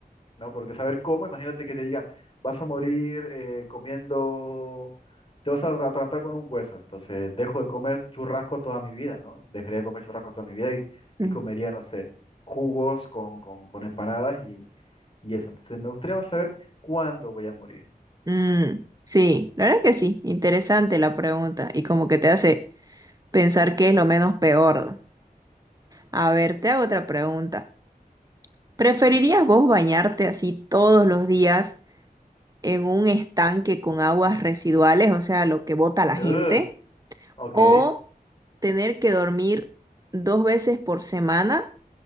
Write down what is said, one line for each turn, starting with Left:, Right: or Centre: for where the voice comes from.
Left: ¿no? Porque saber cómo, imagínate que te diga, vas a morir eh, comiendo, te vas a tratar con un hueso, entonces dejo de comer churrasco toda mi vida, ¿no? Dejaría de comer churrasco toda mi vida y,
Right: Mm.
Left: y comería, no sé, jugos con, con, con empanadas y, y eso. Entonces me gustaría más saber cuándo voy a morir.
Right: Mm, sí, la verdad que sí, interesante la pregunta y como que te hace pensar qué es lo menos peor. A ver, te hago otra pregunta. ¿Preferirías vos bañarte así todos los días en un estanque con aguas residuales, o sea, lo que bota la
Left: Ugh,
Right: gente,
Left: ok,
Right: o tener que dormir dos veces por semana